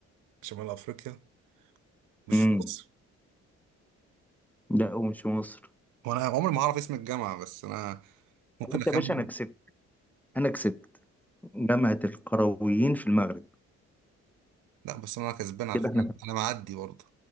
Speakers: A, on the right; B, in the centre.
A: شمال افريقيا مش
B: كده
A: في مصر
B: لا ومش في مصر
A: وانا عمري ما هعرف اسم الجامعة بس انا ممكن
B: بس
A: اخمن
B: يا باشا انا كسبت انا كسبت جامعة القرويين في المغرب
A: لا بس انا كسبان على
B: كده
A: فكرة
B: احنا
A: انا معدي برضه